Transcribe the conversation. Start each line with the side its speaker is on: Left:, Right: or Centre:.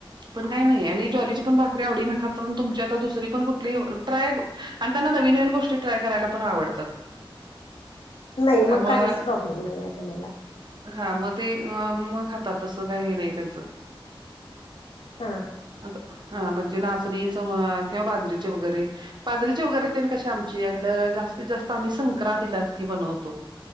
Right: पण काय नाहीये आणि ज्वारीची पण भाकरी आवडीनं खातात आणि तुमची आता दुसरी पण कुठली ट्राय आणि त्यांना नवीन, नवीन गोष्टी ट्राय करायला पण आवडतात.
Left: नाही मग
Right: त्यामुळं
Left: काहीच प्रॉब्लेम नाही अग मला.
Right: हा मग ते मग खातात तसं काही हे नाही त्यांचं.
Left: हा.
Right: आता हा म्हणजे नाचणीचं म्हण किंवा बाजरीचे वगैरे बाजरीचे वगैरे ते न कशी आमच्याकडं जास्तीत जास्त आम्ही संक्रांतीलाच की बनवतो.